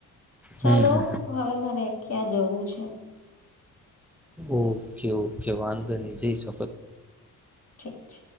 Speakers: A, on the left; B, in the centre.
A: ચાલો
B: હમ
A: હવે મને ક્યાં જવું. છે.
B: ઓકે ઓકે વાંધો ની જે શ
A: ઠીક છે